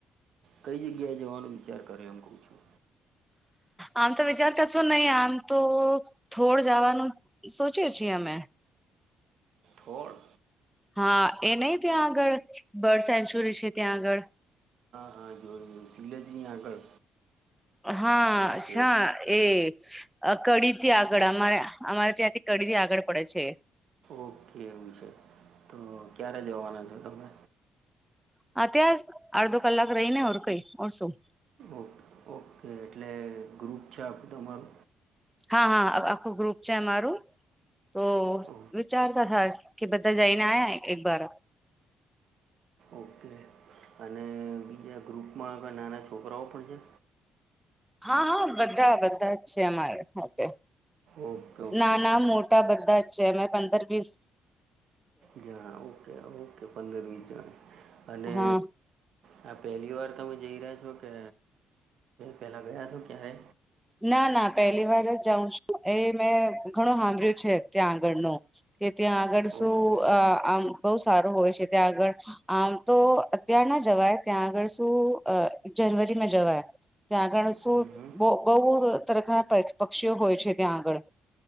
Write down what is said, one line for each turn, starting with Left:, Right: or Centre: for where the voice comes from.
Right: કઈ જગ્યાએ જવાનો વિચાર કર્યો એમ કઉ છું?
Centre: આમ તો વિચારતા છો નહી, આમ તો થોડ જવાનું સોચીછી આ મેં.
Right: ફોણ?
Centre: હા એ નહ ત્યાં આગળ બર્ડ સેન્ચુરી છે ત્યાં આગળ.
Right: હ જો સીલેેજી આગળ
Centre: હા
Right: ઓકે
Centre: છા એ! અ કડી થી આગળ, અમારે અમારે ત્યાંથી કડી થી આગળ પડે છે.
Right: ઓકે એવું છે તો ક્યારે જવાના છો તમે?
Centre: હા ત્યાં અડધો કલાક રહીને ઓર કઈ ઓર શું?
Right: ઓકે ઓકે એટલે ગ્રુપ છે આપણું તમારું?
Centre: હા હા આખું ગ્રુપ છે અમારું. તો
Right: ઓ
Centre: વિચારતા થાય કે બધા જઈને આ્યા એક બાર
Right: ઓકે અને બીજા ગ્રુપમાં નાના છોકરાઓ પણ છે.?
Centre: હા બધા બધા જ છે અમારી ખાતે
Right: ઓકે ઓકે
Centre: નાના મો ટા બધા અચા પંદર વીસ
Right: ત્યાં ઓકે ઓકે પંદર વીસ જણા અને
Centre: હા
Right: હા પહેલી વાર તમે જઈ રહ્યા છો કે પેલા ગયા છો ક્યારે?
Centre: ના ના પહેલી વાર જ જાઉં છું. એ મેં ઘણું સાંભળ્યું છે ત્યાં આગળનું, કે ત્યાં આગળ શું
Right: ઓકે
Centre: આમ બહુ સારું હોય છે ત્યાં આગળ આમ તો અત્યાર ના જવાય ત્યાં આગળ શું જનવરીમાં જવાય ત્યાં આગળ શું
Right: હમ હમ.
Centre: બહુ તરખના પક્ષીઓ હોય છે ત્યાં આગળ-